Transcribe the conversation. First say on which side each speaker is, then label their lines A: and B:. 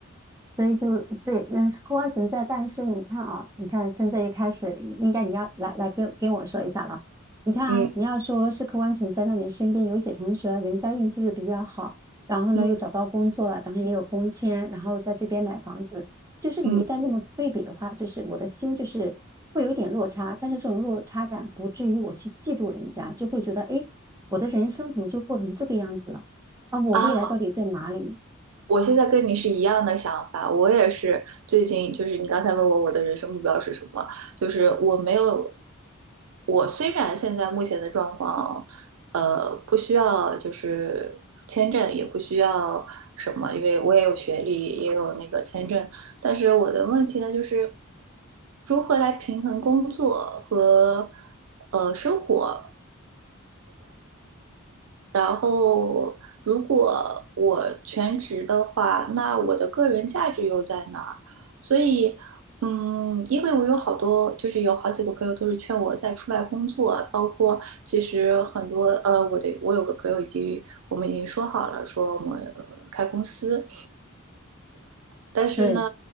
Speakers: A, on the right; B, on the right.
A: 所以就对，那是客观存在。但是你看啊，你看现在一开始，应该你要来来跟跟我说一下了。你看啊，
B: 嗯
A: 你要说是客观存在，那你身边有一些同学，人家运气就比较好，然后呢又找到工作了，
B: 嗯
A: 然后也有工签，然后在这边买房子，就是你一旦那么对比的话，
B: 嗯。
A: 就是我的心就是会有一点落差，但是这种落差感不至于我去嫉妒人家，就会觉得诶，我的人生怎么就过成这个样子了？啊，我未来到底在哪里？
B: 啊。我现在跟你是一样的想法，我也是最近就是你刚才问我我的人生目标是什么，就是我没有，我虽然现在目前的状况，呃，不需要就是签证，也不需要什么，因为我也有学历，也有那个签证，但是我的问题呢就是如何来平衡工作和呃生活。然后，如果我全职的话，那我的个人价值又在哪儿？所以，嗯，因为我有好多，就是有好几个朋友都是劝我再出来工作，包括其实很多，呃，我的我有个朋友已经，我们已经说好了，说我们、呃开公司，但是呢，
A: 对。